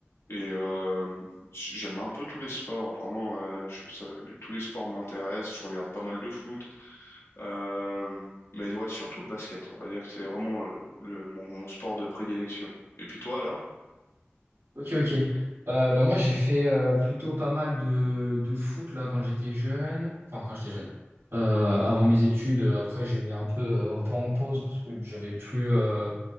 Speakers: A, on the left; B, on the right.
A: et euh, j'aime un peu tous les sports, vraiment, euh, je- ça- les- tous les sports m'intéressent. Je regarde pas mal de foot, euh, mais ouais, surtout le basket. On va dire que c'est vraiment euh, le, mon, mon sport de prédilection. Et puis toi alors?
B: Ok, ok. Euh, bah, moi, j'ai fait euh, plutôt pas mal de, de foot là, quand j'étais jeune. Enfin, quand j'étais jeune. Euh, avant mes études, euh, après, j'ai mis un peu, euh, un peu en pause parce que j'avais plus, euh,